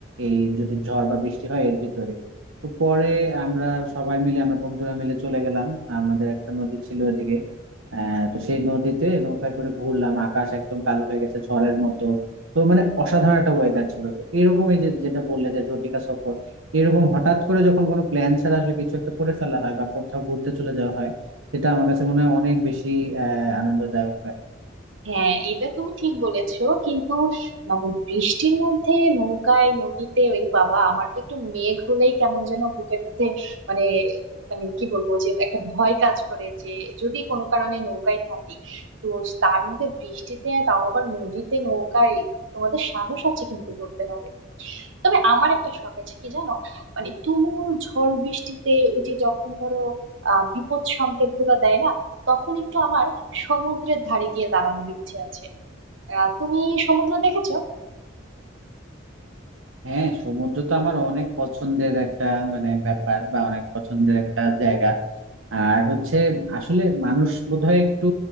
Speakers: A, on the right; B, on the right.
A: এই যদি ঝড় বা বৃষ্টি হয় এর ভিতরে তো পরে আমরা সবাই মিলে আমরা বন্ধুরা মিলে চলে গেলাম আমাদের একটা নদী ছিল ওদিকে আহ তো সেই নদীতে নৌকায় করে ঘুরলাম আকাশ একদম কালো হয়ে গেছে ঝড়ের মতো তো মানে অসাধারণ একটা ওয়েদার ছিল তো এরকম এই যে যেটা বললে যে জটিকা সফর এরকম হঠাৎ করে যখন কোনো প্ল্যান ছাড়া আসলে কিছু একটা করে ফেলা হয় বা কোথাও ঘুরতে চলে যাওয়া হয় সেটা আমার কাছে মনে হয় অনেক বেশি আহ আনন্দদায়ক হয়
B: হ্যাঁ এটা তুমি ঠিক বলেছো কিন্তু মানে বৃষ্টির মধ্যে নৌকায় নদীতে ওই বাবা আমার তো একটু মেঘ হলেই কেমন যেন বুকের মধ্যে মানে মানে কি বলবো যে একটা ভয় কাজ করে যে যদি কোনো কারণে নৌকায় থাকি তো তার মধ্যে বৃষ্টিতে তাও আবার নদীতে নৌকায় তোমাদের সাহস আছে কিন্তু বলতে হবে তবে আমার একটা শখ আছে কি জানো মানে তুমুল ঝড় বৃষ্টিতে ওই যে যখন ধরো আহ বিপদ সংকেত গুলো দেয় না তখন একটু আমার সমুদ্রের ধারে গিয়ে দাঁড়ানোর ইচ্ছে আছে আহ তুমি সমুদ্র দেখেছো
A: হ্যাঁ সমুদ্র তো আমার অনেক পছন্দের একটা মানে ব্যাপার বা অনেক পছন্দের একটা জায়গা আর হচ্ছে আসলে মানুষ বোধহয় একটু